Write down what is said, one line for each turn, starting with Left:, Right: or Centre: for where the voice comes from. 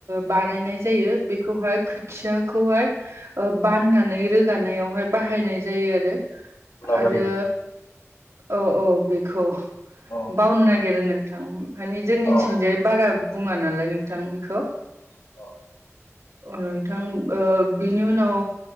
Right: बानायनाय जायो बेखौहाय खोथिया खौाय बाननानै रोगानायावहाय बाहायनाय जायो आरो
Left: उलाबारि
Right: आरो
Left: औ
Right: औ औ बेखौ
Left: औ
Right: बावनो नागिरो नों मानानि जोंनिथिंजाय
Left: औ
Right: बारा- बुङा नालाय नोंथां बेखौ
Left: औ
Right: नोंथां बिनि उनाव